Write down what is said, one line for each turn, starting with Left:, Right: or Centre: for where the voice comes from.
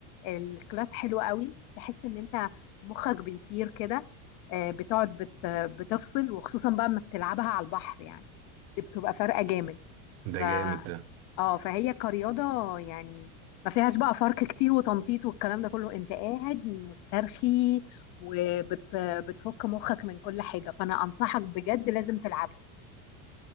Left: الكلاس حلو قوي تحس ان انت مخك بيطير كده آه، بتقعد بت بتفصل وخصوصا بقى اما بتلعبها على البحر يعني دي بتبقى فارقة جامد
Right: ده
Left: ف
Right: جامد ده
Left: اه فهي كرياضة يعني ما فيهاش بقى فرق كتير وتنطيط والكلام ده كله انت قاعد مسترخي وبتفك مخك من كل حاجة فانا انصحك بجد لازم تلعبها